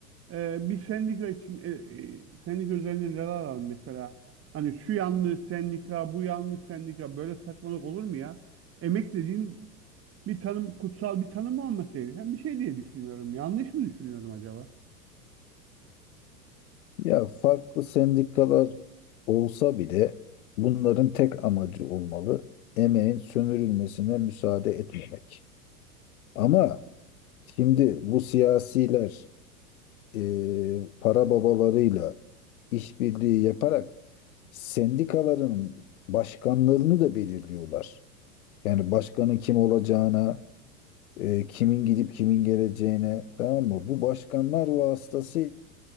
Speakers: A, on the right; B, on the left.
A: e, bir sendika için e, e, sendika üzerine neler alalım mesela? Hani şu yanlı sendika, bu yanlı sendika böyle saçmalık olur mu ya? Emek dediğin bir tanım, kutsal bir tanım olması gereken bir şey diye düşünüyorum. Yanlış mı düşünüyorum acaba?
B: Ya farklı sendikalar olsa bile bunların tek amacı olmalı. Emeğin sömürülmesine müsaade etmemek. Ama şimdi bu siyasiler e, para babalarıyla işbirliği yaparak sendikaların başkanlarını da belirliyorlar. Yani başkanın kim olacağına, e, kimin gidip kimin geleceğine, tamam mı? Bu başkanlar vasıtasıyla